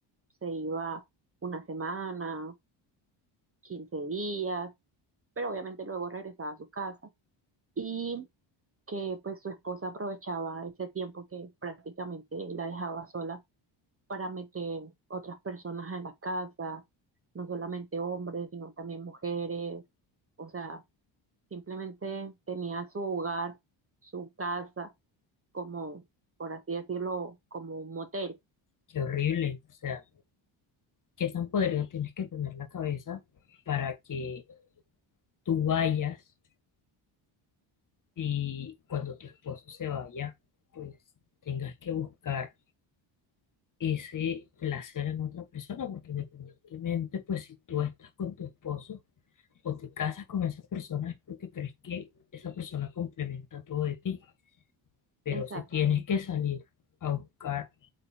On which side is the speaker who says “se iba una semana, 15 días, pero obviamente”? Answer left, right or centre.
Right